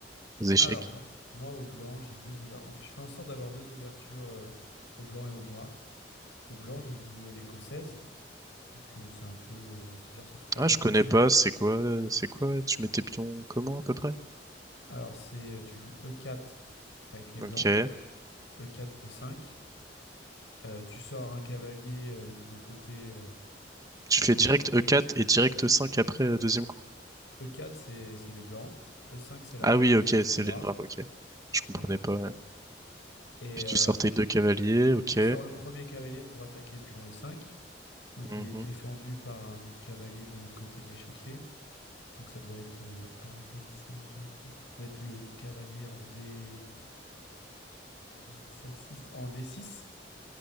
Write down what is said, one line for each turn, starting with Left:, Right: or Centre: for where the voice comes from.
Right: aux échecs?
Left: Alors, mo- moi, au blanc, j'ai deux ouvertures. En fait, je fais en sorte d'avoir deux ouvertures euh, au blanc et au noir. Au blanc, je joue euh, l'écossaise. Donc, euh, c'est un peu, euh, j'ai envie de te dire, c'est le truc un
Right: Ah,
Left: peu
Right: je
Left: basique.
Right: connais pas,
Left: hein.
Right: c'est quoi, c'est quoi, tu mets tes pions comment, à peu près?
Left: Alors, c'est, euh, tu joues E4 avec les
Right: Ok.
Left: blancs, E4, E5. Euh, tu sors un cavalier euh, des deux côtés. euh,
Right: Tu fais direct
Left: du-
Right: E4 et direct E5 après, euh, deuxième coup.
Left: E4, c'est c'est les blancs. E5, c'est la
Right: Ah
Left: réponse
Right: oui, ok,
Left: des
Right: c'est
Left: noirs.
Right: les noirs, ok. Je comprenais
Left: Voilà.
Right: pas.
Left: Et
Right: Puis tu
Left: euh,
Right: sortais
Left: en-
Right: deux cavaliers, ok.
Left: tu sors le premier cavalier pour attaquer le pion E5. Donc,
Right: Mhm,
Left: il est défendu par un autre cavalier de l'autre côté de l'échiquier. Donc ça doit être euh, A, B, C, D, E. Ça doit être le cavalier en D8, 7, 6, en D6,